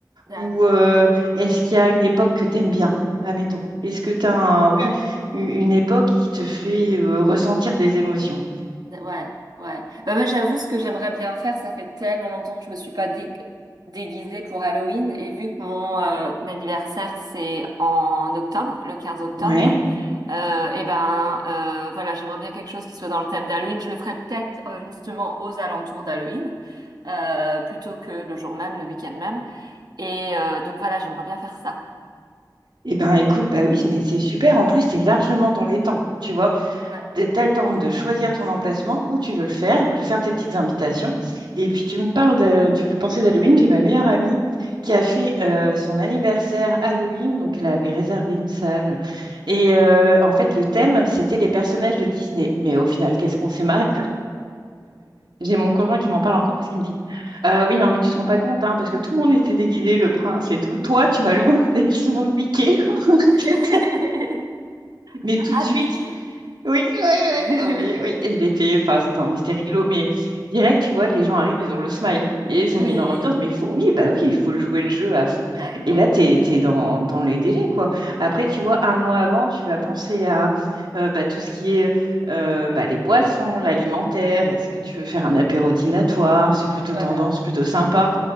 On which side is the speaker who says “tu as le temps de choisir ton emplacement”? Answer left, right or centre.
Right